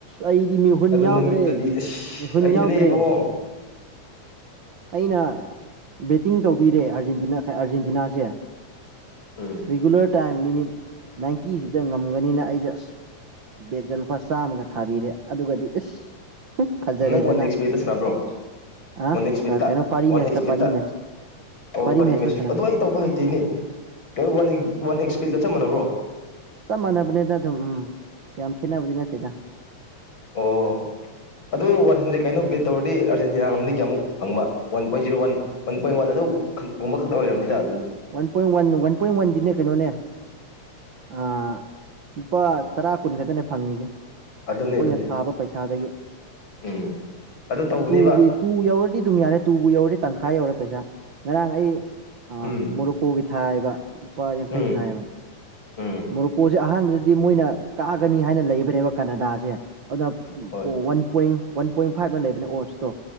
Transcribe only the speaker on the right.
ꯑꯩꯗꯤ ꯃꯤꯍꯨꯟ ꯌꯥꯎꯗ꯭ꯔꯦ
ꯃꯤꯍꯨꯟ
ꯌꯥꯎꯗ꯭ꯔꯦ
ꯑꯩꯅ ꯕꯦꯠꯇꯤꯡ ꯇꯧꯕꯤꯔꯦ ꯑꯥꯔꯖꯦꯟꯇꯤꯅꯥ-ꯑꯥꯔꯖꯦꯟꯇꯤꯅꯥꯁꯦ
ꯔꯤꯒꯨꯂꯔ ꯇꯥꯏꯝ ꯃꯤꯅꯤꯠ ꯅꯥꯏꯟꯇꯤꯁꯤꯗ ꯉꯝꯒꯅꯤꯅ ꯑꯩꯖꯦ ꯑꯁ ꯕꯦꯒꯀ ꯂꯨꯄꯥ ꯆꯥꯝꯃꯒ ꯊꯥꯕꯤꯔꯦ ꯑꯗꯨꯒꯗꯤ ꯏꯁ ꯐꯖꯔꯦꯗꯅ
ꯑ
ꯀꯩꯅꯣ ꯄꯥꯔꯤ
ꯃꯦꯁꯇ
ꯄꯥꯔꯤ
ꯃꯦꯁ
ꯄꯥꯔꯤ
ꯃꯦꯁꯇ ꯁꯥꯟꯅꯕꯅꯦ
ꯆꯞ ꯃꯥꯟꯅꯕꯅꯦꯗ ꯑꯗꯨꯝ ꯎꯝ ꯌꯥꯝ ꯈꯦꯠꯅꯕꯗꯤ ꯅꯠꯇꯦꯗ
one point one one point ꯋꯥꯟꯗꯤꯅꯦ ꯀꯩꯅꯣꯅꯦ ꯑ ꯂꯨꯄꯥ ꯇꯔꯥ ꯀꯨꯟ ꯈꯛꯇꯅꯦ ꯐꯪꯉꯤꯁꯦ
ꯑꯩꯈꯣꯏꯅ
ꯊꯥꯕ ꯄꯩꯁꯥꯗꯒꯤ
ꯇꯨ-ꯇꯨ ꯌꯧꯔꯗꯤ ꯗꯨꯝ ꯌꯥꯔꯦ ꯇꯨꯕꯨ ꯌꯧꯔꯗꯤ ꯇꯪꯈꯥꯏ ꯌꯧꯔꯦ ꯄꯩꯁꯥ ꯉꯔꯥꯡ ꯑꯩ
ꯃꯣꯔꯨꯀꯣꯒꯤ ꯊꯥꯏꯕ ꯂꯨꯄꯥ ꯌꯥꯡꯈꯩ
ꯊꯥꯏꯕ
ꯃꯣꯔꯣꯀꯣꯁꯦ ꯑꯍꯥꯟꯕꯗꯗꯤ ꯃꯣꯏꯅ ꯀꯥꯒꯅꯤ ꯍꯥꯏꯅ ꯂꯩꯕꯅꯦꯕ ꯀꯅꯥꯗꯥꯁꯦ ꯑꯗꯨꯅ
ꯑꯣ ꯋꯥꯟ ꯄꯣꯏꯟ ꯋꯥꯟ ꯄꯣꯏꯟ ꯐꯥꯏꯚꯅ ꯂꯩꯕꯅꯦ ꯑꯣꯠꯁꯇꯣ